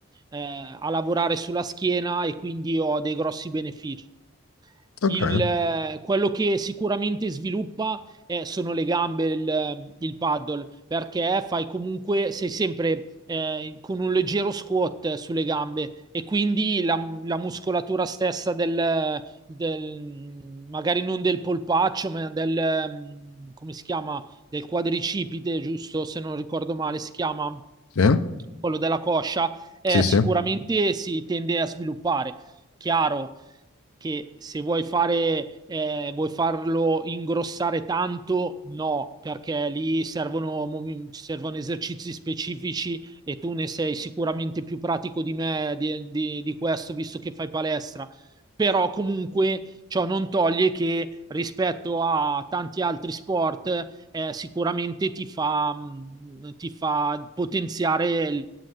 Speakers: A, on the right; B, on the left.
A: eh, a lavorare sulla schiena e quindi ho dei grossi benefici.
B: Ok,
A: Il, eh, quello che sicuramente sviluppa eh, sono le gambe, il, eh, il paddle, perché fai comunque, sei sempre eh, con un leggero squat sulle gambe e quindi la, la muscolatura stessa del, del- magari non del polpaccio, ma del, mm, come si chiama, del quadricipite, giusto? Se non ricordo male, si chiama
B: sì,
A: quello della coscia, eh,
B: sì, sì.
A: sicuramente si tende a sviluppare. Chiaro che se vuoi, fare, eh, vuoi farlo ingrossare tanto, no, perché lì servono, mom- servono esercizi specifici e tu ne sei sicuramente più pratico di me di, di- di questo, visto che fai palestra. Però comunque ciò non toglie che rispetto a tanti altri sport eh, sicuramente ti fa, mm, ti fa potenziare